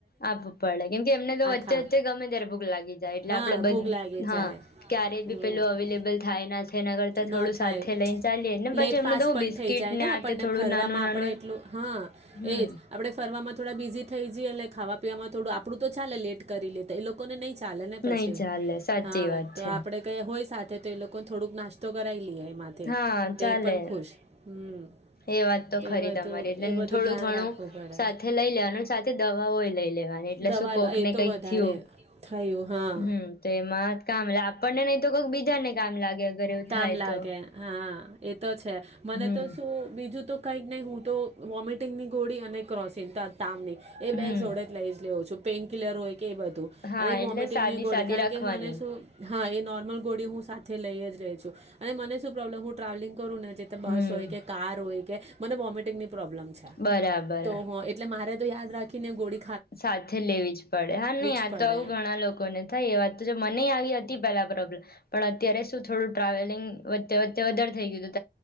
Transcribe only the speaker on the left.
આપવું પડે કેમ કે એમને તો વચ્ચે-વચ્ચે
ગમે ત્યારે ભૂખ લાગી જાય, એટલે
આપડે બધ
હા
ક્યાર કઈ
બી પેલું અવેલેબલ થાય ના થાય, એના કરતા
થોડું
સાથે લઈન ચાલીએ ને
પાછું એમને
તો હું
બિસ્કીટને
આ
તે થોડું
નાનું-નાનું.
હમ્મ.
નહીં ચાલે, સાચી
વાત
છે.
હા
ચાલે
એ વાત તો
ખરી
તમારી એટલે
થોડું
ઘણું,
સાથે લઈ લેવાનું સાથે દવાઓય લઈ લેવાની એટલે
શું કોક
ને
કંઈક
થયું,
હમ તો એમાં કામ પણને નહીં તો કઈક બીજાને કામ લાગે. અગર એવું
થાય
તો
હમ
હમ
હા
એટલે સાદી
સાદી
રાખવાની
હમ
બરાબર
સાથે લેવી જ પડે. હા, નહી
આ
તો આવું ઘણા લોકોને થાય એ વાત તો જો મને આવી હતી પેલા પ્રોબ્લમ, પણ અત્યારે શું થોડું ટ્રાવેલિંગ વચ્ચે-વચ્ચે વધારે થઈ ગયું તું